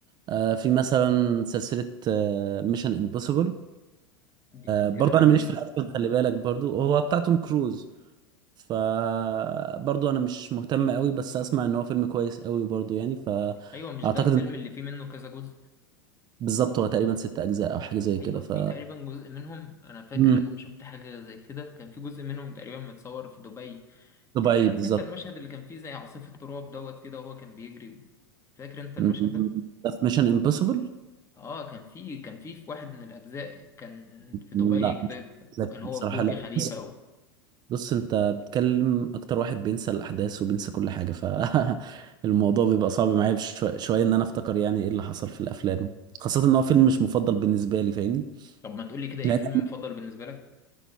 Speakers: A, on the right (about 35°); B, on the left (about 25°).
A: آه، في مثلا سلسلة ميشن امبوسيبل
B: دي بتتكلم
A: برضه
B: عن
A: انا ماليش
B: ايه دي
A: في الاكشن خلي بالك برضه هو بتاع توم كروز فبرضه انا مش مهتم قوي بس اسمع ان هو فيلم كويس قوي برضه يعني فاعتقد
B: ايوه مش ده الفيلم
A: ان
B: اللي فيه منه كذا جزء
A: بالظبط هو تقريبا ست اجزاء او حاجه زي
B: ايوه
A: كده ف
B: في تقريبا جزء منهم انا فاكر
A: مم.
B: ان انا شفت حاجه زي كده كان في جزء منهم تقريبا متصور في دبي
A: دبي
B: آه، فاكر
A: بالظبط
B: انت المشهد اللي كان فيه زي عاصفه تراب دوت كده وهو كان بيجري فاكر انت المشهد
A: مم.
B: ده
A: ده في ميشن امبوسيبل
B: اه كان في كان في في واحد من الاجزاء كان في دبي
A: لا
B: كده
A: مش
B: وكان
A: لا،
B: هو
A: بصراحه
B: في برج
A: لا
B: خليفه
A: بص
B: و...
A: بص، انت بتكلم اكتر واحد بينسى الاحداث وبينسى كل حاجه فالموضوع <laughs> بيبقى صعب معايا بشو- شويه ان انا افتكر يعني ايه اللي حصل في الافلام خاصه ان هو فيلم مش مفضل بالنسبه لي فاهمني
B: طب ما تقولي كده ايه
A: يعني
B: الفيلم المفضل بالنسبه لك